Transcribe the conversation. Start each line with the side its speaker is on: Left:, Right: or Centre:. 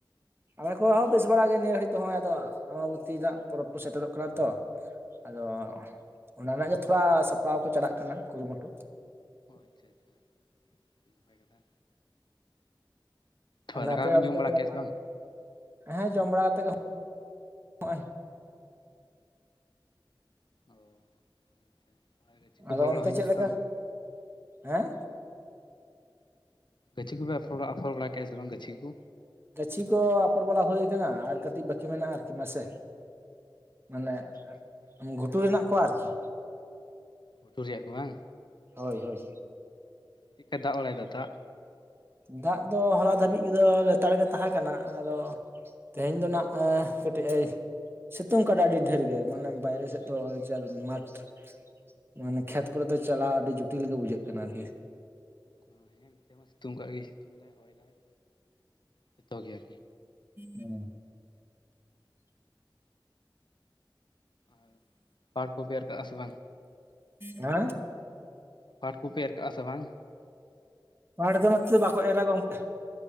Right: ᱟᱞᱮ ᱠᱚᱦᱚᱸ ᱵᱮᱥ ᱵᱟᱲᱟ ᱜᱮ ᱱᱤᱭᱟᱹ ᱜᱷᱟᱹᱲᱤᱡ ᱫᱚ ᱱᱚᱜᱼᱚᱭ ᱟᱫᱚ ᱟᱢᱵᱚᱛᱤ ᱨᱮᱱᱟᱜ ᱯᱚᱨᱚᱵᱽ ᱠᱚ ᱥᱮᱴᱮᱨᱚᱜ ᱠᱟᱱᱟ ᱛᱳ᱾ ᱟᱫᱚ
Left: ᱚ
Right: ᱚᱱᱟ ᱨᱮᱱᱟᱜ ᱜᱮ ᱛᱷᱚᱲᱟ ᱥᱟᱯᱲᱟᱣ ᱠᱚ ᱪᱟᱞᱟᱜ ᱠᱟᱱᱟ ᱠᱩᱨᱩᱢᱩᱴᱩ,
Left: ᱚ ᱟᱪᱪᱷᱟ ᱟᱪᱪᱷᱟ ᱱᱟᱯᱟᱭ ᱠᱟᱛᱷᱟ, ᱦᱟᱭ
Right: ᱟᱫᱚ
Left: ᱫᱟᱠᱟ
Right: ᱟᱯᱮ
Left: ᱠᱚᱵᱤᱱ
Right: ᱚᱱᱛᱮ
Left: ᱡᱚᱢ ᱵᱟᱲᱟ
Right: ᱫᱚ
Left: ᱠᱮ-ᱟ ᱥᱮ ᱵᱟᱝ?
Right: ᱦᱮᱸ ᱡᱚᱢᱵᱟᱲᱟ ᱠᱟᱛᱮ ᱜᱮ ᱦᱚᱸᱜᱼᱚᱭ,
Left: ᱚ ᱟᱪᱪᱷᱟ ᱟᱨ ᱜᱟᱹᱪᱷᱤ ᱠᱚ
Right: ᱟᱫᱚ
Left: ᱟᱯᱷᱚᱨ ᱵᱟᱲᱟ
Right: ᱚᱱᱛᱮ
Left: ᱦᱩᱭᱱᱟ
Right: ᱪᱮᱫᱮ
Left: ᱥᱮ
Right: ᱞᱮᱠᱟ
Left: ᱵᱟᱝ?
Right: ᱦᱮᱸ
Left: ᱜᱟᱹᱪᱷᱤ ᱠᱚᱯᱮ ᱟᱯᱷᱟᱨ ᱟᱯᱷᱚᱨ ᱵᱟᱲᱟ ᱠᱮᱜᱼᱟ ᱥᱮ ᱵᱟᱝ ᱜᱟᱹᱪᱷᱤ ᱠᱩ
Right: ᱜᱟᱹᱪᱷᱤ ᱠᱚ ᱟᱯᱷᱚᱨ ᱵᱟᱲᱟ ᱦᱩᱭ ᱠᱟᱱᱟ ᱟᱨ ᱠᱟᱹᱴᱤᱡ ᱵᱟᱠᱤ ᱢᱮᱱᱟᱜᱼᱟ ᱟᱨᱠᱤ ᱱᱟᱥᱮ ᱢᱟᱱᱮ
Left: ᱚ ᱟᱪᱪᱷᱟ ᱟᱪᱪᱷᱟ ᱟᱪᱪᱷᱟ
Right: ᱜᱷᱩᱴᱩ ᱨᱮᱱᱟᱜ ᱠᱚᱣᱟ ᱟᱨᱠᱤ
Left: ᱜᱷᱩᱴᱩ ᱨᱮᱭᱟᱜ ᱠᱚ ᱵᱟᱝ,
Right: ᱦᱳᱭ ᱦᱳᱭ,
Left: ᱪᱮᱫ ᱠᱟ ᱫᱟᱜ ᱵᱟᱲᱟᱭᱮᱫᱟ ᱫᱟᱜ,
Right: ᱫᱟᱜ ᱫᱚ ᱦᱚᱞᱟ ᱫᱷᱟᱹᱵᱤᱡ ᱫᱚ ᱞᱮᱛᱟᱲ ᱜᱮ ᱛᱟᱦᱮᱸ ᱠᱟᱱᱟ ᱟᱫᱚ, ᱛᱮᱦᱮᱧ ᱫᱚ ᱱᱟᱜ-ᱮ ᱠᱟᱹᱴᱤᱡ ᱮ ᱥᱤᱛᱩᱝ ᱠᱟᱫᱟ ᱟᱹᱰᱤ ᱰᱷᱮᱨ ᱜᱮ ᱢᱟᱱᱮ
Left: ᱥᱤᱛᱩᱝ
Right: ᱵᱟᱭᱨᱮ
Left: ᱠᱟᱫᱟ
Right: ᱥᱮᱫ
Left: ᱦᱮᱸ
Right: ᱫᱚ ᱢᱟᱴᱷ ᱢᱟᱱᱮ ᱠᱷᱮᱛ ᱠᱚᱨᱮ ᱫᱚ ᱪᱟᱞᱟᱜᱣ ᱟᱹᱰᱤ ᱡᱚᱴᱤᱞ ᱜᱮ ᱵᱩᱡᱷᱟᱹᱜ ᱠᱟᱱᱟ ᱟᱨᱠᱤ,
Left: ᱦᱚ ᱦᱮᱸ ᱱᱤᱛᱮ ᱦᱚᱸ ᱥᱤᱛᱩᱝ ᱠᱟᱜ ᱜᱮ ᱥᱤᱛᱩᱝ ᱫᱟᱭ ᱦᱚᱭ ᱫᱟᱭ ᱡᱚᱛᱚ ᱜᱮ ᱟᱨᱠᱤ,
Right: ᱦᱩᱸ
Left: ᱟᱨ ᱯᱟᱴ ᱠᱚᱯᱮ ᱨᱨ ᱠᱟᱜᱼᱟ ᱥᱮ ᱵᱟᱝ?
Right: ᱦᱮᱸ
Left: ᱯᱟᱴ ᱠᱚᱯᱮ ᱮᱨ ᱠᱟᱜᱼᱟ ᱥᱮ ᱵᱟᱝ?
Right: ᱯᱟᱴ ᱫᱚ ᱱᱚᱛᱮ ᱵᱟᱠᱚ ᱮᱨᱟ ᱜᱚᱢᱠᱮ